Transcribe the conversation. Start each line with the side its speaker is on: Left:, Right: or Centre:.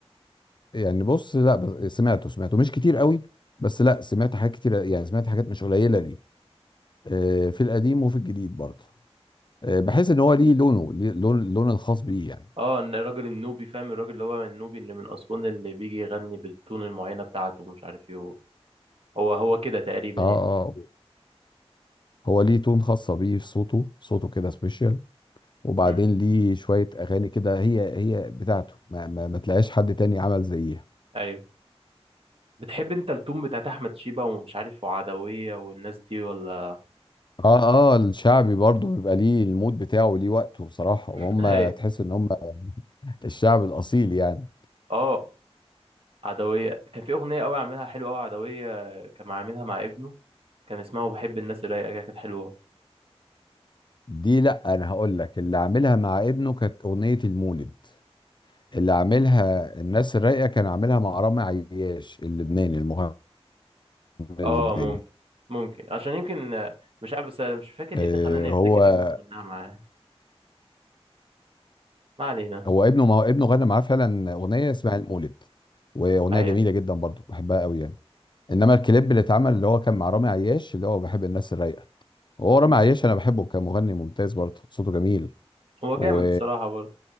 Left: يعني بص لا بس- سمعته سمعته مش كتير قوي بس لا سمعت حاجات كتير يعني سمعت حاجات مش قليله ليه آه، في القديم وفي الجديد برضه آه، بحس ان هو ليه لونه ليه لون اللون الخاص بيه يعني
Right: اه إن الراجل النوبي فاهم الراجل اللي هو النوبي اللي من اسوان اللي بيجي يغني بالتون المعينه بتاعته ومش عارف ايه هو هو كده تقريبا
Left: اه
Right: يعني
Left: اه هو ليه تون خاصه بيه في صوته صوته كده سبيشال وبعدين
Right: امم
Left: ليه شويه اغاني كده هي هي بتاعته ما, ما, ما تلاقيش حد تاني عمل زيها
Right: ايوه بتحب انت التون بتاعت احمد شيبه ومش عارف وعدويه والناس دي ولا
Left: اه اه الشعبي برضه بيبقى ليه المود بتاعه وليه وقته بصراحه
Right: <laughs>
Left: وهم
Right: ايوه
Left: تحس ان هم الشعب الاصيل يعني
Right: اه عدوية كان في أغنية أوي عاملها حلوة أوي عدوية كان عاملها مع ابنه كان اسمها وبحب الناس الرايقة كده، كانت حلوة
Left: دي لا انا هقول لك اللي عاملها مع ابنه كانت اغنيه المولد اللي عاملها
Right: مم.
Left: الناس الرايقه كان عاملها مع رامي عياش اللبناني المغني اللبناني
Right: اه ممكن ممكن عشان يمكن مش عارف بس أنا مش فاكر
Left: آه،
Right: ايه اللي خلاني
Left: هو
Right: افتكر ابنه غناها معاه ما علينا
Left: هو ابنه ما هو ابنه غنى معاه فعلا اغنيه اسمها المولد واغنيه
Right: ايوه
Left: جميله جدا برضو بحبها قوي يعني انما الكليب اللي اتعمل اللي هو كان مع رامي عياش اللي هو بحب الناس الرايقه هو رامي عياش انا بحبه كمغني ممتاز برضه صوته جميل
Right: هو
Left: و
Right: جامد الصراحة برضه